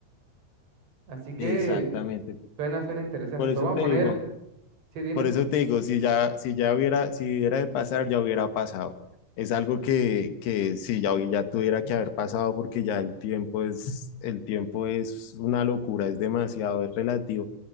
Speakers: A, on the right; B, on the left.
A: Así que
B: Exactamente.
A: suena, suena interesante.
B: Por eso
A: Pero vamos
B: te
A: a poner,
B: digo.
A: sí, dime,
B: Por eso te digo, si ya, si ya hubiera, si hubiera de pasar, ya hubiera pasado. Es algo que, que sí, ya, hubi- ya tuviera que haber pasado porque ya el tiempo es, el tiempo es una locura, es demasiado, es relativo